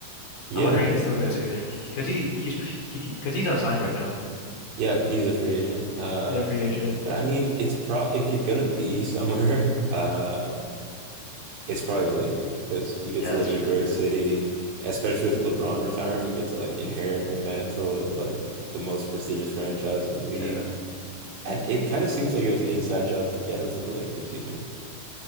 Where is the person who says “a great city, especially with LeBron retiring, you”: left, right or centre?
Right